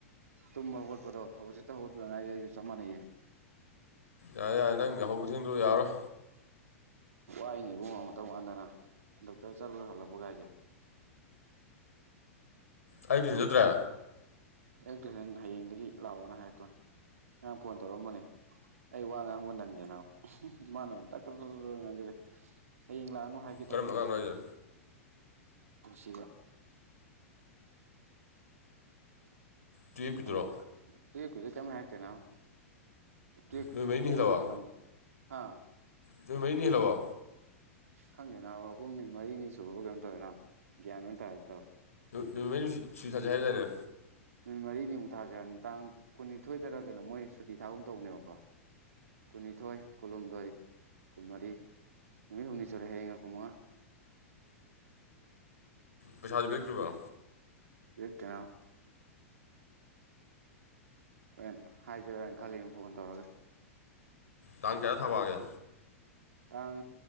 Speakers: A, on the right; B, on the left.
A: ꯇꯨꯝꯕ ꯍꯧꯒꯠꯄꯗꯣ ꯍꯧꯖꯤꯛꯇ ꯍꯧꯒꯠꯄꯗꯥ ꯉꯥꯏꯔꯤ ꯑꯩꯁꯨ ꯆꯞ ꯃꯥꯟꯅꯩꯌꯦ
B: ꯌꯥꯔꯦ ꯌꯥꯔꯦ ꯅꯪ ꯌꯥꯍꯧ ꯇꯨꯊꯦꯡꯗꯣ ꯌꯥꯔꯥꯔꯣꯏ
A: ꯋꯥꯏꯅꯦ ꯏꯕꯨꯡ ꯇꯧ ꯀꯥꯟꯗꯅ ꯗꯣꯛꯇꯔ ꯆꯠꯂꯨꯔ ꯍꯜꯂꯛꯄꯒꯥꯏꯁꯦ
B: ꯑꯌꯨꯛ ꯊꯨꯏꯁꯟ ꯆꯠꯇ꯭ꯔꯦ
A: ꯑꯌꯨꯛ ꯇꯨꯏꯁꯟ ꯍꯌꯦꯡꯗꯒꯤ ꯂꯥꯛꯑꯣꯅ ꯍꯥꯏꯔꯛꯄꯣ ꯉꯔꯥꯡ ꯐꯣꯟ ꯇꯧꯔꯛꯑꯝꯕꯅꯦ ꯑꯩ ꯋꯥ ꯉꯥꯡꯕ ꯅꯪꯗꯦ ꯃꯥꯅ ꯐꯣꯏ ꯇꯛ ꯇꯛ ꯉꯥꯡꯖꯜꯂꯛꯑꯦ ꯍꯌꯦꯡ ꯂꯥꯛꯑꯅꯨ ꯍꯥꯏꯒꯦ ꯇꯧꯕꯅꯦ
B: ꯀꯔꯝꯕ ꯑꯉꯥꯡꯅꯣ
A: ꯍꯥꯏꯔꯛꯑꯦ
B: ꯍꯥꯏꯁꯦ
A: ꯄꯨꯟꯁꯤꯕ
B: ꯇꯨꯌꯦꯞꯀꯤꯗꯨꯔꯣ
A: ꯑꯃ ꯇꯨꯋꯦꯞ ꯀꯤꯗꯨ ꯀꯩꯝ ꯍꯥꯏꯔꯛꯇꯦ ꯅꯥꯕ ꯦꯛ
B: ꯅꯨꯃꯤꯠ ꯃꯔꯤꯅꯤ
A: ꯇꯨ ꯑꯣꯏꯔꯦ
B: ꯍꯦꯜꯂꯕ
A: ꯀ ꯍꯥ
B: ꯅꯨꯃꯤꯠ ꯃꯔꯤꯅꯤ ꯍꯦꯜꯂꯕꯣ
A: ꯈꯪꯗꯦ ꯅꯥꯕ ꯑꯍꯨꯝꯅꯤ ꯃꯔꯤꯅꯤ ꯁꯨꯔꯕ ꯀꯩꯅꯣꯝ ꯇꯧꯋꯦꯅ ꯒ꯭ꯌꯥꯟ ꯑꯝ ꯇꯥꯗꯦ ꯇꯧꯋꯦ
B: ꯅꯣꯡꯃꯥꯏꯖꯤꯡ ꯅꯨꯃꯤꯠ ꯁꯨꯇꯤ ꯊꯥꯖꯦ ꯍꯥꯏꯗꯥꯏꯅꯦ
A: ꯅꯨꯃꯤꯠ ꯃꯔꯤꯅꯤꯃꯨꯛ ꯊꯥꯥꯁꯦ ꯍꯥꯏꯕꯅꯤ ꯇꯥꯡ ꯀꯨꯟꯅꯤꯊꯣꯏꯗꯔ ꯀꯩꯅꯣ ꯃꯣꯏ ꯁꯨꯇꯤ ꯊꯥꯒꯨꯝ ꯇꯧꯅꯦꯕꯀꯣ ꯀꯨꯟꯅꯤꯊꯣꯏ ꯀꯨꯟꯍꯨꯝꯗꯣꯏ ꯀꯨꯟꯃꯔꯤ ꯅꯨꯃꯤꯠ ꯍꯨꯝꯅꯤ ꯁꯨꯔꯦ ꯍꯥꯌꯦꯡꯒ ꯀꯨꯟꯃꯉꯥ
B: ꯄꯩꯁꯥꯗꯤ ꯄꯤꯔꯛꯇꯔꯤꯕꯣ
A: ꯄꯤꯔꯛꯇꯦ ꯅꯥꯕ ꯍꯣꯔꯦꯟ ꯍꯥꯏꯁꯤꯔꯅ ꯈꯜꯂꯤ ꯐꯣꯟ ꯇꯧꯔꯒ
B: ꯇꯥꯡ ꯀꯌꯥ ꯊꯥ ꯐꯥꯒꯦ
A: ꯇꯥꯡ